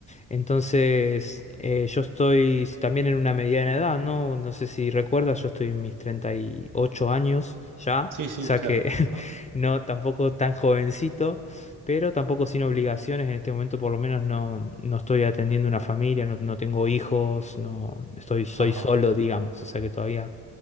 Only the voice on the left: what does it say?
Entonces, eh, yo estoy también en una mediana edad, ¿no? No sé si recuerdas, yo estoy en mis 38 años ya,
o
sea
que <laughs>
no, tampoco tan jovencito, pero tampoco sin obligaciones en este momento, por lo menos no, no estoy atendiendo una familia, no, no tengo hijos, no estoy, soy
solo, digamos, o sea que todavía